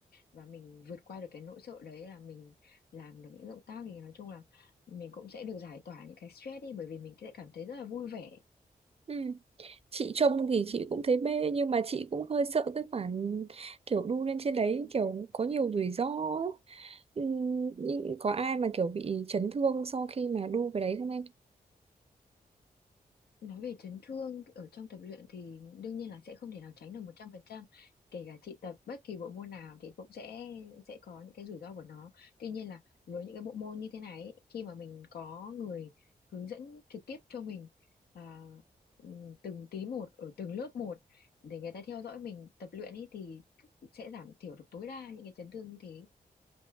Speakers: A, on the left; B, on the right.
A: và mình vượt qua được cái nỗi sợ đấy là mình làm được những động tác thì nói chung là mình cũng sẽ được giải tỏa những cái stress đi bởi vì mình sẽ cảm thấy rất là vui vẻ
B: Ừm, Chị trông thì chị cũng thấy mê nhưng mà chị cũng hơi sợ cái khoản kiểu đu lên trên đấy kiểu có nhiều rủi ro ấy. Ừm, nhưng Có ai mà kiểu bị chấn thương sau khi mà đu cái đấy không em?
A: Nói về chấn thương ở trong tập luyện thì đương nhiên là sẽ không thể nào tránh được một trăm phần trăm Kể cả chị tập bất kỳ bộ môn nào thì cũng sẽ sẽ có những cái rủi ro của nó. Tuy nhiên là với những cái bộ môn như thế này ấy, khi mà mình có người hướng dẫn trực tiếp cho mình à, ừm, từng tí một ở từng lớp một để người ta theo dõi mình tập luyện ấy thì sẽ giảm thiểu được tối đa những cái chấn thương như thế.